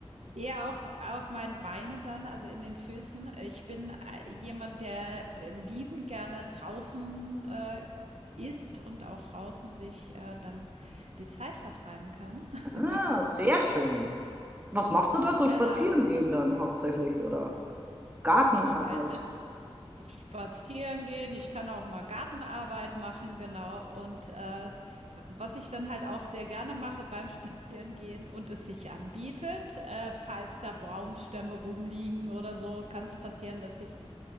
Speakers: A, on the right; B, on the right.
A: eher auf auf meinen Beinen dann, also in den Füßen. Ich bin, äh, jemand, der, äh, liebend gerne draußen, äh, ist und auch draußen sich, äh, dann die Zeit vertreiben kann.
B: Ah,
A: <laughs>
B: sehr schön. Was machst du da so?
A: Genau.
B: Spazieren gehen dann hauptsächlich oder Gartenarbeit?
A: Das meiste ist spazieren gehen, ich kann auch mal Gartenarbeit machen, genau. Und äh, was ich dann halt auch sehr gerne mache beim Spazierengehen und es sich anbietet, äh, falls da Baumstämme rumliegen oder so, kann es passieren, dass ich